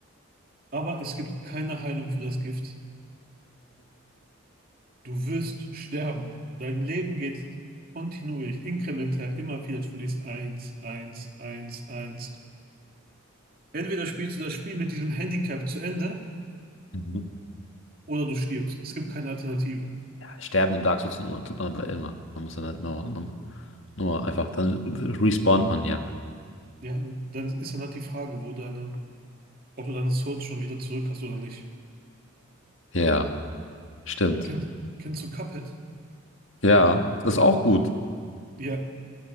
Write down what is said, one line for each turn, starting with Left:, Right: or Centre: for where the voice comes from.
Right: aber es gibt keine Heilung für das Gift. Du wirst sterben. Dein Leben geht kontinuierlich, inkrementell, immer wieder. Du verlierst eins, eins, eins, eins. Entweder spielst du das Spiel mit diesem Handicap zu Ende
Left: Mhm.
Right: oder du stirbst. Es gibt keine Alternative.
Left: Sterben in Dark Souls tut man aber immer. Man muss dann halt nur, nur, nur einfach, dann respawnt man, ja.
Right: Ja, dann ist dann halt die Frage, wo deine, ob du deine Souls schon wieder zurück hast oder nicht.
Left: Ja, stimmt.
Right: Kennt, kennst du Cuphead?
Left: Ja, das ist auch gut.
Right: Ja,